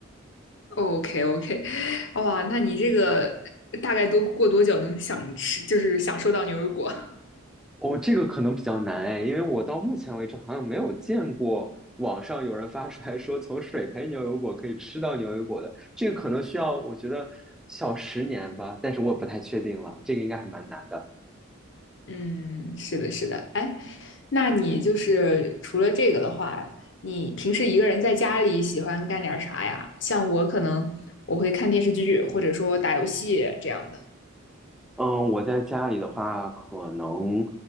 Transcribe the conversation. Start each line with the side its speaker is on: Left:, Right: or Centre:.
Left: OK OK，<laughs> 哇，那你这个大概多过多久能想吃，就是享受到牛油果？
Centre: 哦，这个可能比较难哎，因为我到目前为止好像没有见过网上有人发出来说从水培牛油果可以吃到牛油果的，这个可能需要我觉得小十年吧，但是我也不太确定了，这个应该还蛮难的。
Left: <laughs> 嗯，是的，是的。哎，那你就是除了这个的话，你平时一个人在家里喜欢干点啥呀？像我可能我会看电视剧，或者说打游戏这样的。
Centre: 嗯，我在家里的话，可能，